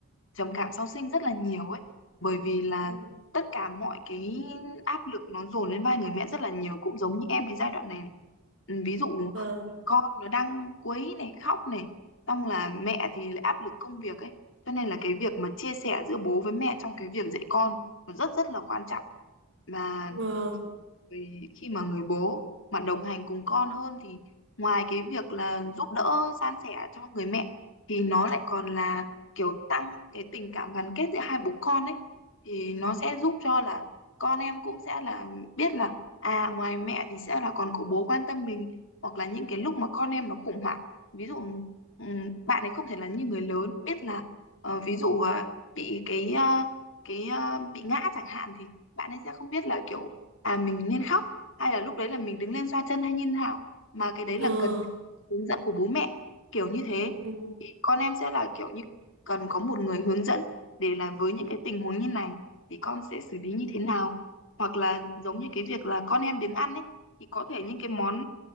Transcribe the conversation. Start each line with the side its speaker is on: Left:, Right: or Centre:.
Left: trầm cảm sau sinh rất là nhiều ấy, bởi vì là
Right: Ừ.
Left: tất cả mọi cái áp lực nó dồn lên vai người mẹ rất là nhiều cũng giống như em cái giai đoạn này. này. Ừm, ví dụ
Right: vâng
Left: con nó đang quấy này khóc này xong là mẹ thì lại áp lực công việc ấy cho nên là cái việc mà chia sẻ giữa bố với mẹ trong cái việc dạy con nó rất rất là quan trọng mà
Right: vâng
Left: vì khi mà người bố mà đồng hành cùng con hơn thì ngoài cái việc là giúp đỡ san sẻ cho người mẹ thì nó lại còn là kiểu tăng cái tình cảm gắn kết giữa hai bố con ấy thì nó sẽ giúp cho là con em cũng sẽ là biết là à ngoài mẹ thì sẽ là còn có bố quan tâm mình hoặc là những cái lúc mà con em nó khủng hoảng ví dụ ừm, bạn ấy không thể là như người lớn biết là ờ, ví dụ à, bị cái à, cái à, bị ngã chẳng hạn thì bạn ấy sẽ không biết là kiểu à mình nên khóc hay là lúc đấy là mình đứng lên xoa chân hay như thế nào mà cái đấy
Right: Ờ,
Left: là cần phải có sự hướng dẫn của bố mẹ kiểu như thế
Right: ừ,
Left: thì con em sẽ là kiểu như cần có một người hướng dẫn để là với những cái tình huống như này thì con sẽ xử lý như
Right: ừ,
Left: thế nào hoặc là giống như cái việc là con em biếng ăn ấy thì có thể những cái món